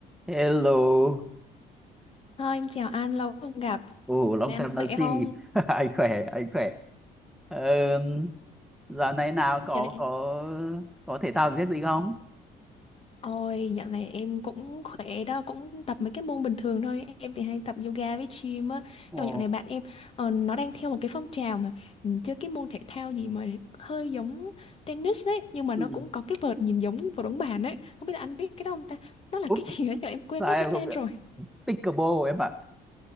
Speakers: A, in the centre; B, on the left.
A: Hello,
B: Thôi em chào anh, lâu không gặp.
A: ồ long
B: Này anh
A: time no
B: khỏe
A: see,
B: không?
A: <laughs> anh khỏe, anh khỏe. Um, dạo này nào
B: Dạo
A: có
B: này
A: có có thể thao giết gì không?
B: Ôi, dạo này em cũng khỏe đó, cũng tập mấy cái môn bình thường thôi. Em thì hay tập yoga với gym á.
A: Ồ,
B: Nhưng mà dạo này bạn em ờ, nó đang theo một cái phong trào mà ừ, chơi cái môn thể thao gì mà hơi giống tennis đấy, nhưng mà
A: ừ.
B: nó cũng có cái vợt nhìn giống vợt bóng bàn ấy. Không biết là anh biết cái đó không ta? Nó là
A: Úp,
B: cái gì ấy giờ em quên
A: sao
B: mất
A: em
B: cái
A: không
B: tên
A: biết?
B: rồi.
A: Pickleball em ạ,